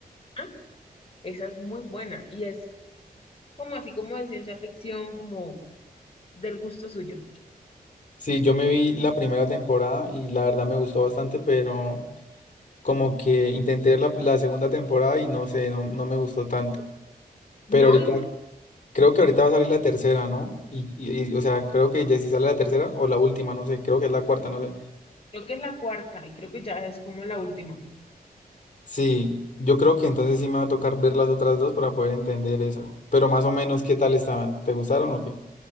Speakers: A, on the left (about 40°); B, on the left (about 55°).
A: ah, esa es muy buena y es como así como de ciencia ficción, como del gusto suyo.
B: Sí, yo me vi la primera temporada y la verdad me gustó bastante, pero. Como que intenté ver la, la segunda temporada y no sé, no, no me gustó tanto.
A: No,
B: Pero ahorita,
A: y por-
B: creo que ahorita va a salir la tercera, ¿no? Y, y, y, o sea, creo que ya si sale la tercera o la última, no sé, creo que es la cuarta, no sé.
A: creo que es la cuarta y creo que ya es como la última.
B: Sí, yo creo que entonces sí me va a tocar ver las otras dos para poder entender esa. Pero más o menos, ¿qué tal estaban? ¿Te gustaron o qué?